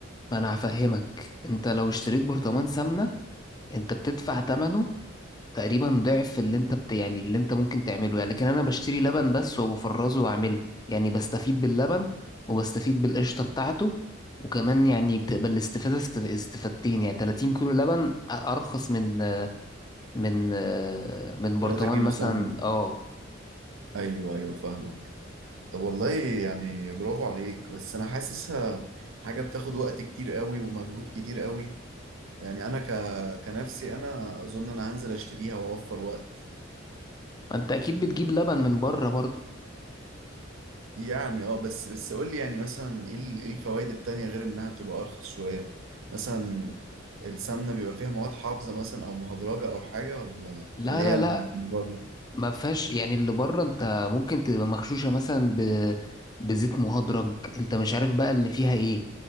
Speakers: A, on the left; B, on the right.
A: ما أنا هفهمك أنت لو اشتريت برطمان سمنة أنت بتدفع تمنه تقريبا ضعف اللي انت بت يعني اللي انت ممكن تعمله يعني لكن انا بشتري لبن بس وبفرزه واعمله يعني بستفيد باللبن وبستفيد بالقشطة بتاعته وكمان يعني بتبقى الاستفادة است- استفادتين يعني 30 كيلو لبن ارخص من من من برطمان
B: 3 كيلو
A: مثلا
B: سمنة
A: اه
B: ايوه ايوه فاهمك طب والله يعني برافو عليك بس انا حاسسها حاجة بتاخد وقت كتير قوي ومجهود كتير قوي يعني انا ك... كنفسي انا اظن انا هنزل اشتريها واوفر وقت
A: ما انت اكيد بتجيب لبن من بره برضه
B: يعني اه بس بس قول لي يعني مثلا ايه ال- ايه الفوائد التانية غير انها بتبقى ارخص شوية مثلا السمنة بيبقى فيها مواد حافظة مثلا او مهدرجة او حاجة ولا
A: لا
B: اللي
A: لا
B: هي اللي
A: لا
B: من بره
A: ما فيهاش يعني اللي بره انت ممكن تبقى مغشوشه مثلا ب... بزيت مهدرج انت مش عارف بقى اللي فيها ايه